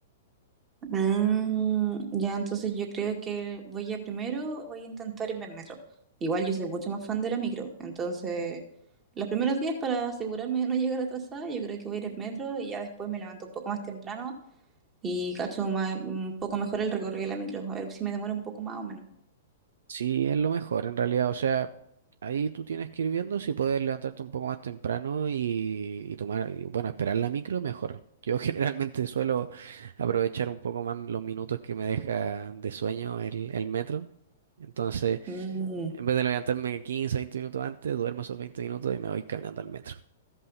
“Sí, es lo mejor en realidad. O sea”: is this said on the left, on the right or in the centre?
Right